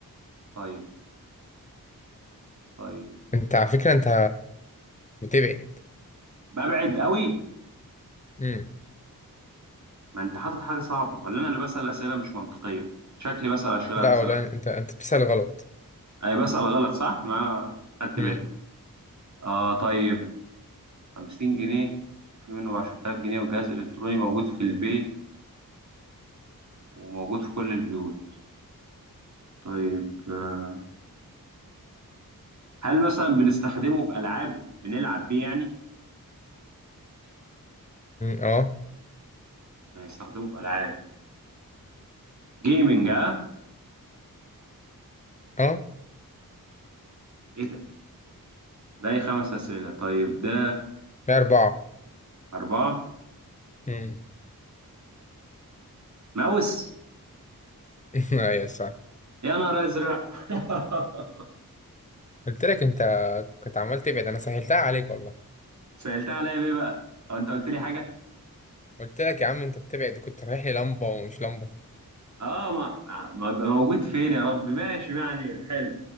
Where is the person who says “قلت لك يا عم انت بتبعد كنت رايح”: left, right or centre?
Left